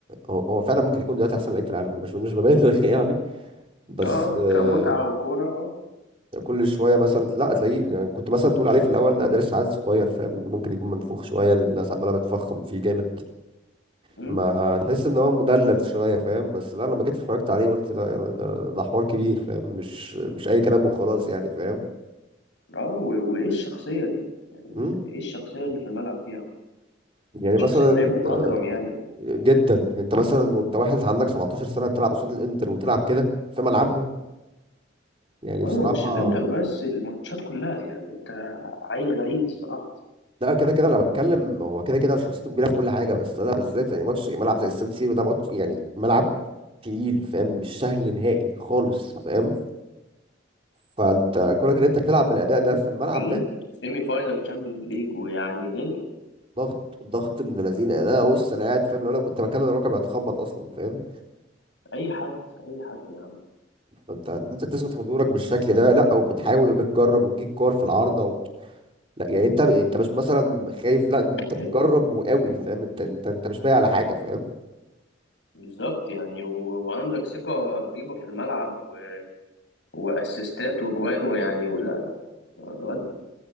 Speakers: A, on the right (about 30°); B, on the left (about 75°).
A: هو هو فعلا ممكن يكون دلوقتي احسن لعيب في العالم مش مش ببالغ <laughs> يعني بس
B: اه
A: آه،
B: كمتعة وكورة اه
A: كل شويه مثلا لا تلاقيه يعني كنت مثلا تقول عليه في الاول ده ده لسه عيل صغير فاهم ممكن يكون منفوخ شويه الناس عماله بتفخم فيه جامد
B: مم.
A: ما تحس ان هو مدلل شويه فاهم بس لا لما جيت اتفرجت عليه قلت لا ده ده- ده حوار كبير فاهم مش مش اي كلام وخلاص يعني فاهم
B: اه و- وايه الشخصية دي يعني
A: مم؟
B: ايه الشخصية اللي في الملعب دي يا عم
A: يعني
B: شخصية
A: مثلا
B: لعيب مخضرم
A: آه،
B: يعني
A: جدا انت مثلا وانت واحد عندك 17 سنه بتلعب قصاد الانتر وتلعب كده في ملعبهم يعني
B: ايوه
A: بصراحة
B: مش الانتر بس الماتشات كلها يعني انت عيل غريب الصراحة
A: لا كده كده انا بتكلم هو كده كده شخصيته كبيرة في كل حاجة بس انا بالذات يعني ماتش ملعب زي السان سيرو ده ماتش يعني ملعب تقيل فاهم مش سهل نهائي خالص فاهم فانت كونك ان انت تلعب بالاداء ده في الملعب
B: امم
A: ده
B: سيمي فاينال تشامبيونز ليج ويعني دنيا
A: ضغط ضغط من الذين ده بص انا قاعد فاهم لو انا كنت مكان الركب هتخبط اصلا فاهم
B: اي حد اي حد يا عم
A: فانت انت تثبت حضورك بالشكل ده لا وبتحاول وبتجرب وتجيب كور في العارضة و... لا يعني انت انت مش مثلا خايف لا انت
B: <laughs>
A: بتجرب وقوي فاهم انت انت انت مش بايع على حاجة فاهم
B: بالظبط يعني و... وعندك ثقة رهيبة في الملعب و... واسيستات وجوان ويعني ولا لا الواد